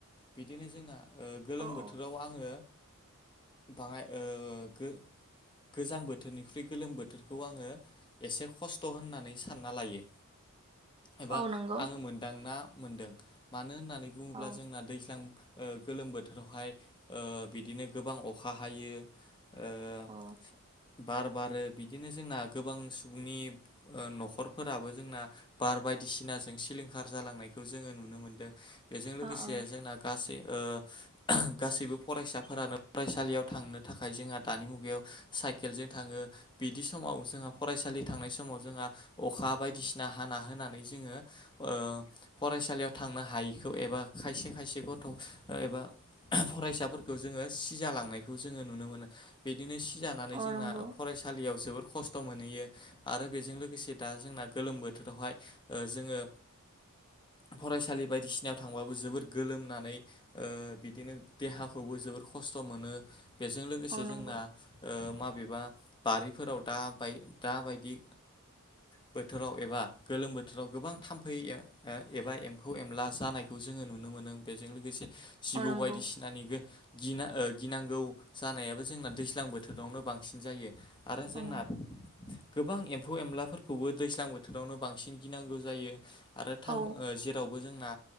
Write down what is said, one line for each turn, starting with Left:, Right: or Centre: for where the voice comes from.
Left: बिदिनो जोंहा गोलोम
Right: औ
Left: बोथोराव
Right: औ
Left: आङो बाहाय‌ ओ गो गोजां बोथोरनिख्रुइ गोलोम बोथोरखौ आङो एसे खस्थ' होननानै सानना लायो एबा
Right: औ नंगौ
Left: आङो मोनदांना मोनदों मानो होननानै बुङोब्ला
Right: औ
Left: जोंना दैज्लां गोलोम बोथोरावहाय बिदिनो गोबां अखा हायो ओ
Right: औ
Left: बार बारो बिदिनो जोंना गोबां सुबुंनि ओ न'खरफोर फोराबो जोंना बार बायदिसिनाजों सिलिंखार जालांनायखौ जोङो नुनो मोनदों बेजों लोगोसे
Right: अ अ
Left: जोंना गासै ओ गासैबो फरायसाफोरानो फरायसालियाव थांनो थाखाय जोंहा दानि मुगायाव साइकेलजों थाङो बिदि समाव जोंहा फरायसालि थांनाय समाव जोंहा अखा बायदिसिना हाना होनानै जोङो ओ फरायसालियाव थांनो हायैखौ एबा खायसे खायसे गथ' एबा फरायसाफोरखौ जोङो सिजालांनायखौ जोङो नुनो मोनो बिदिनो सिजानानै
Right: औ
Left: जोंना
Right: नंगौ
Left: फरायसालियाव जोबोर खस्थ' मोनहैयो आरो बेजों लोगोसे दा जोंना गोलोम बोथोरावहाय जोङो फरायसालि बायदिसिनायाव थांबाबो जोबोर गोलोमनानै ओ बिदिनो देहाखौबो जोबोर खस्थ' मोनो बेजों लोगोसे
Right: औ
Left: जोंना
Right: नंगौ
Left: माबेबा बारिफोराव दा बाय दाबायदि बोथोराव एबा गोलोम बोथोराव गोबां थाम्फै एबा एम्फौ एनला जानायखौ जोङो नुनो मोनो मोनो बेजों लोगोसे जिबौ
Right: औ नंगौ
Left: बायदिसिनानि गिनांगौ जानायाबो जोंना दैज्लां बोथोरावनो बांसिन जायो। आरो जोंना
Right: औ नंगौ
Left: गोबां एम्फौ एनलाफोरखौबो। दैज्लां बोथोरावनो बांसिन गिनांगौ जायो आरो थामफै
Right: औ
Left: जेराव। जोंना